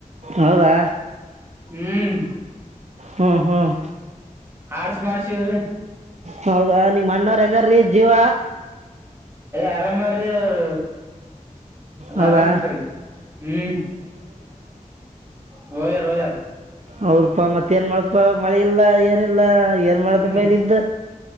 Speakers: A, on the right; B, on the right.
A: ಹೌದಾ
B: ಹ್ಮ್
A: ಹ್ಮ್ ಹ್ಮ್
B: ಆಡ್ಸ್ ಮಾಡ್ಸಿವ್ ರೀ
A: ಹೌದಾ ನಿಮ್ಮ ಅಣ್ಣವ್ರ ಹೆಂಗಾರಿ ಜೀವ.
B: ಆರಾಮಹರಿ ಅವರ ಅಲ್ಲಾ
A: ಹೌದಾ
B: ಆರಾಮಕರಿ ಹ್ಮ್ ಹೋಗ್ಯಾರ ಹೋಗ್ಯಾರ್
A: ಹೌದಪ್ಪಾ ಮತ್ತ ಏನ್ ಮಾಡೋದ ಇಪ್ಪ ಮಳಿ ಇಲ್ಲಾ ಏನಿಲ್ಲಾ ಏನ್ ಮಾಡ್ತಪ್ಪ
B: ಹ್ಮ್
A: ಇಲ್ಲಿದ್ದ